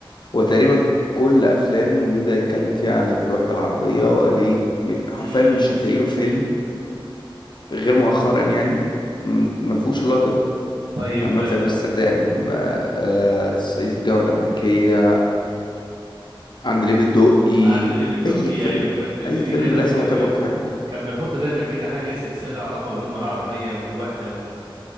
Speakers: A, on the left (about 55°); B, on the right (about 60°).
A: هو تقريبا كل افلامه بيبدأ يتكلم فيها عن الوحدة العربية وليه م- حرفيا
B: امم
A: مش هتلاقي له فيلم غير مؤخرا يعني م- ما فيهوش اللقطة دي
B: طيب
A: همام
B: آه،
A: في امستردام آه، آه، صعيدي في الجامعة الأمريكية عندليب الدقي
B: عند ليفي الدقي
A: أي فيلم
B: ايوه في الفيلم
A: أي
B: ليه
A: فيلم
B: دايما
A: لازم
B: كان
A: هتخبط
B: بيح...
A: في حاجة معينة
B: كان بيحط دايما كده حاجه سياسيه لها علاقه بالامه العربيه والوحده